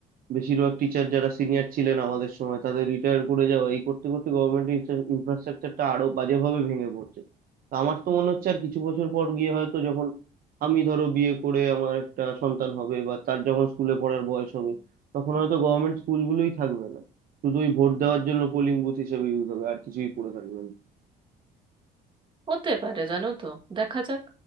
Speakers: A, on the right; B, on the right.
A: বেশিরভাগ টিচার যারা সিনিয়র ছিলেন আমাদের সময় তাদের রিটায়ার করে যাওয়া এই করতে করতে গভর্নমেন্টের ইনফ্রাস্ট্রাকচারটা আরো বাজেভাবে ভেঙে পড়ছে তো আমার তো মনে হচ্ছে আর কিছু বছর পর গিয়ে হয়তো যখন আমি ধরো বিয়ে করে আমার একটা সন্তান হবে বা তার যখন স্কুলে পড়ার বয়স হবে তখন হয়তো গভর্নমেন্ট স্কুলগুলোই থাকবে না শুধু ওই ভোট দেওয়ার জন্য পোলিং বুথ হিসেবে ইউজ হবে আর কিছুই করে থাকবে না
B: হতে পারে জানো তো দেখা যাক